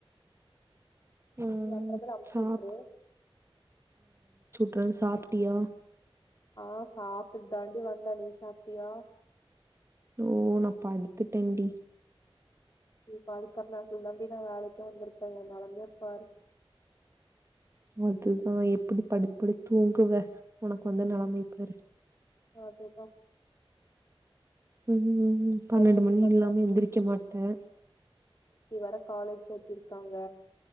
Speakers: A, on the right; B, on the left.
A: ம்
B: நீ அப்றமேலு அனுப்ச்சுற்று
A: சாப் றன் சாப்ட்டியா
B: ஆ சாப்ட்டுட்டு தாண்டி வந்த நீ சாப்ட்டியா
A: ஓ நா படுத்துட்டேன்டி
B: இப்ப அது கருநாக்குல தான்டி நா வேலைக்கு வந்திருக்கே எனெலமைய பாரு
A: அதுதா எப்டி படுத் படுத் தூங்குவ உனக்கு வந்த நெலமையப்பாரு
B: அதுதா
A: ம் ம் பன்னெண்டு
B: என்னடி
A: மணி
B: பண்றது
A: இல்லாம எந்திரிக்க மாட்ட
B: வர காலேஜ் எத்திருக்காங்க